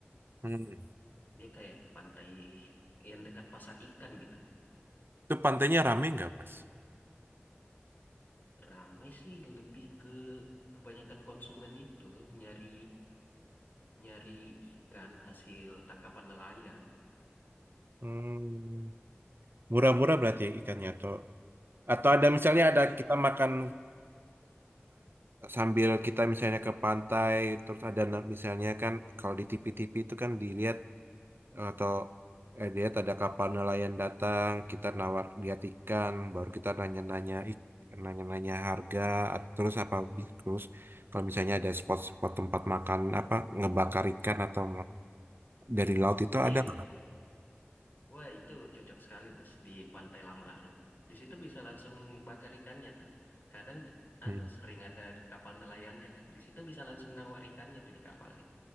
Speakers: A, on the right; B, on the left.
A: Hmm.
B: Dia kayak pantai yang dekat pasar ikan gitu.
A: Itu pantainya rame nggak, Mas?
B: Ramai sih lebih ke kebanyakan konsumen itu nyari nyari ikan hasil tangkapan nelayan.
A: Hmm, murah-murah berarti ya ikannya atau atau ada misalnya ada
B: Iya,
A: kita makan eh, sambil kita misalnya ke pantai terus ada na- misalnya kan kalau di TV-TV itu kan dilihat atau eh, lihat ada kapal nelayan datang kita nawar lihat ikan baru kita nanya-nanya ik- nanya-nanya harga at- terus apa bi- terus kalau misalnya ada spot-spot tempat makan apa ngebakar ikan atau Dari laut itu
B: iya.
A: ada
B: it-
A: nggak?
B: Wah, itu cocok sekali, Mas, di Pantai Lamaru. Di situ bisa langsung bakar ikannya tuh. Kadang j- anu
A: Hmm.
B: sering ada kapal nelayannya kan. Di situ bisa langsung nawar ikannya tuh di kapalnya.